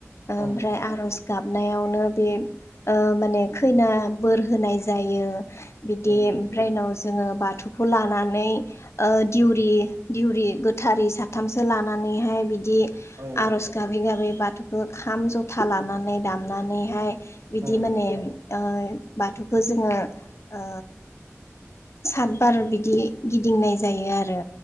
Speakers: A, on the left; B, on the right.
A: ओमफ्राय
B: औ नंगौ
A: आरज गाबनायावनो बे ओ माने खैना फोर होनाय जायो। बिदि
B: औ
A: ओमफ्राय
B: नंगौ
A: उनाव जोङो बाथ थौखौ लानानै ओ दिउरि दिउरि गोथारि साथामसो लानानैहाय बि बिदि
B: औ
A: आर'ज गाबै गाबै बाथ बाथौखौ खाम ज'था लानानै दामनानैहाय बिदि
B: औ
A: माने ओ बाथौखौ जोङो ओ सात बार बिदि गिदिंनाय जायो आरो